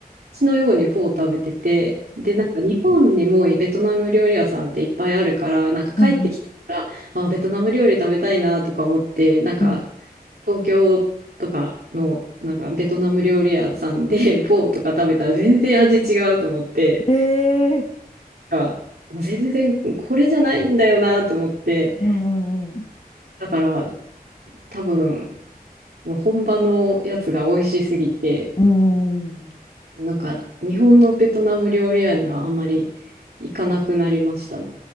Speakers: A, on the right; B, on the left.
A: 血のようにフォーを食べてて、で、なんか日本にもベトナム料理屋さんっていっぱいあるから、なんか帰ってきたら、
B: うんうん
A: あ、ベトナム料理食べたいなとか思って、なんか
B: うん
A: 東京とかの、なんかベトナム料理屋さんで <laughs> フォーとか食べたら全然味違うと思って、
B: ええ
A: が、もう全然これじゃないんだよなと思って、
B: うんうん
A: だから多分、もう本場のやつが美味しすぎて、
B: うん。うん。
A: なんか日本のベトナム料理屋にはあんまり行かなくなりましたね。